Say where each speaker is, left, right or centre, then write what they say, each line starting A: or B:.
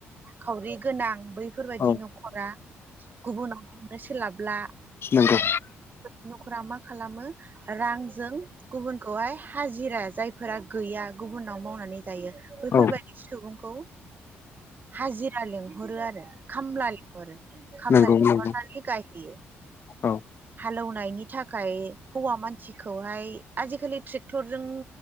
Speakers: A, on the right (about 40°); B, on the left (about 50°).
A: खावरि गोनां बै फोरबायदि
B: औ
A: न'खरा गुबुनाव नो सोलाबला।
B: नोंगौ।
A: न'खरा मा खालामो रांजों गुबुनखौहाय हाजिरा जायफोरा गैया गुबुनाव मावनानै जायो बैफोरबायदि
B: औ
A: सुबुंखौ हाजिरा लिंहरो आरो खामला लेंहरो खामला
B: नंगौ
A: लेंहरनानै
B: नंगौ
A: गायहोयो
B: औ
A: हालौ नायनि थाखाय हौवा मानसिखौहाय आजिखालि ट्रेक्टरजों